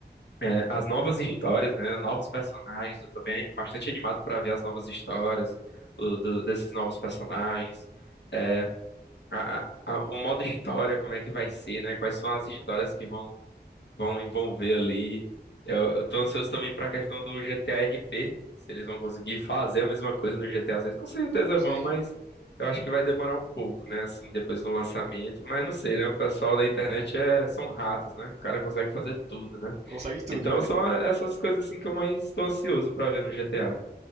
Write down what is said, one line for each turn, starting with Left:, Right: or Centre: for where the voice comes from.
Left: É, as novas histórias, né? Novos personagens. Eu tô bem, bastante animado pra ver as novas histórias o- do- desses novos personagens. É, a- a- a- o modo história, como é que vai ser, né? Quais são as histórias que vão Vão e vão ver ali. Eu, eu tô ansioso também pra questão do GTA RP. Se eles vão conseguir fazer a mesma coisa no GTA 6, com certeza
Right: Sim,
Left: vão, mas eu acho que vai demorar um pouco, né? Assim, depois do lançamento. Mas não sei, né? O pessoal da internet é, são ratos, né? O cara consegue fazer tudo, né?
Right: consegue tudo,
Left: Então
Right: é.
Left: são essas coisas assim que eu mais tô ansioso pra ver no GTA.